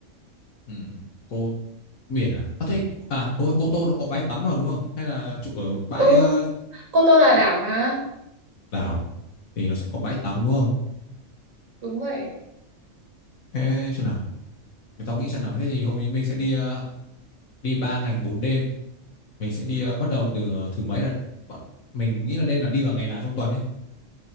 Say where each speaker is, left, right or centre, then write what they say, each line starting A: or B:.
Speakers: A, on the left; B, on the right.
A: ừ, cô biển à à thế à đúng rồi Cô Tô nó có bãi tắm mà đúng không hay là chụp ở bãi
B: ừ
A: ờ,
B: Cô Tô là đảo mà
A: đảo thì nó sẽ có bãi tắm đúng không
B: đúng vậy
A: Ê, xem nào mình tao nghĩ xem nào thế thì hôm nay mình sẽ đi ờ, đi ba ngày bốn đêm mình sẽ đi ờ, bắt đầu từ ờ, thứ mấy là bọn- mình nghĩ là nên là đi vào ngày nào trong tuần ấy